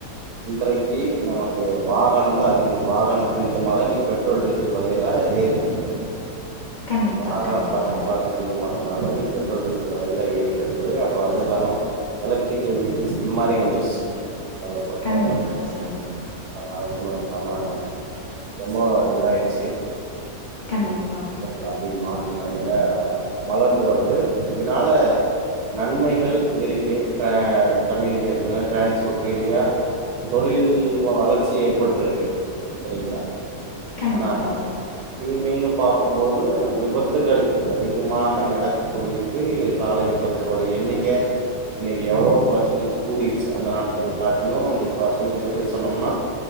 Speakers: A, on the right; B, on the left.
A: இன்றைக்கு நமக்கு வா வாகனந்தா அதிகமா வாகன நிமித்தமா தா இன்னைக்கு பெட்ரோல் டீசல் விலையெல்லா ஏறிக் கெடக்கு
B: கண்டிப்பா
A: வாகனப்
B: கண்டிப்பா
A: பயன்பாடா அதிகமானதால இன்னைக்கு பெட்ரோல் டீசல் வெலையெல்லா ஏறிக் கெடக்குது அப்றோ அது இல்லாம எலக்ட்ரிகல் வெஹிக்கள்ஸ் இந்த மாரி வந்துருச்சு ஏகப்பட்ட
B: கண்டிப்பா
A: வண்டிங்க
B: சகோ
A: அதனால இன்னு காமா ரொம்பவு இதாயிருச்சு
B: கண்டிப்பா
A: கொஞ்ச அதிகமான நிலமைல வளர்ந்து வருது இதுனால நன்மைகள் இருக்கு அ கம்யூனிகேஷனு டிரான்ஸ்போர்ட் ரீதியா தொழில் வ வளர்ச்சி ஏற்பட்ருக்கு செரிங்களா
B: கண்டிப்பா
A: ஆனா தீமைன்னு பாக்கும்போது விபத்துகள் அதிகமாக நடக்கக்கூடிய இது காலை விபத்துக்களோட எண்ணிக்க இன்னைக்கு எவளவோ பெர்சன்டேஜ் கூடிருச்சு அந்த நாட்கள்ல காட்டிலு இன்னைக்கு பெர்சன்டேஜ வெளிய சொன்னம்னா